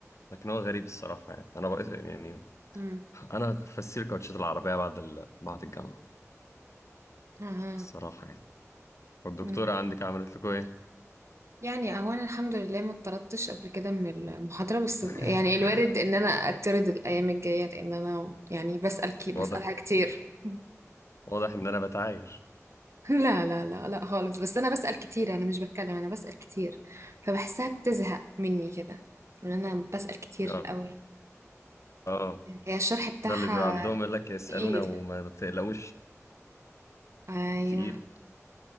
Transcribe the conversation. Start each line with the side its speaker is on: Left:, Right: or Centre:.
Left: لكن هو غريب الصراحة يعني أنا بقى يعني
Right: امم
Left: انا فسير كاوتشات العربيه بعد ال... بعد الجامعه
Right: اها
Left: الصراحه يعني والدكتوره
Right: مم.
Left: عندك عملت لكم ايه
Right: يعني اهو انا الحمد لله ما اتطردتش قبل كده من المحاضرة بس
Left: <laughs>
Right: يعني الوارد ان انا اتطرد الايام الجاية لان انا يعني بسأل كي بسألها
Left: واضح
Right: كتير <laughs>
Left: واضح ان انا بتعاير
Right: لا لا لا لا خالص بس انا بسأل كتير انا مش بتكلم انا بسأل كتير فبحسها بتزهق مني كده ان انا بسأل كتير
Left: اه
Right: قوي
Left: اه
Right: هي الشرح بتاعها
Left: ده اللي بيبقى عندهم يقول لك اسالونا
Right: تقيل
Left: وما ما بتقلقوش
Right: ايوه
Left: التقيل